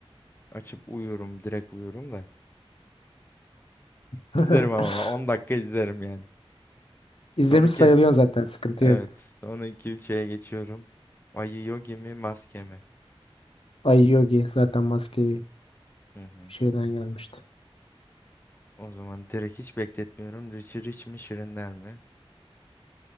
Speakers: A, on the left; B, on the left.
A: Açıp uyurum. Direkt uyurum da.
B: <laughs>
A: İzlerim ama 10 dakika izlerim yani.
B: İzlemiş
A: Sonraki
B: sayılıyorsun zaten sıkıntı
A: evet.
B: yok.
A: Sonraki şeye geçiyorum. Ayı Yogi mi maske mi?
B: Ay Yogi zaten maske
A: Hı hı.
B: şeyden gelmişti.
A: O zaman direkt hiç bekletmiyorum. Richie Rich mi Şirinler mi?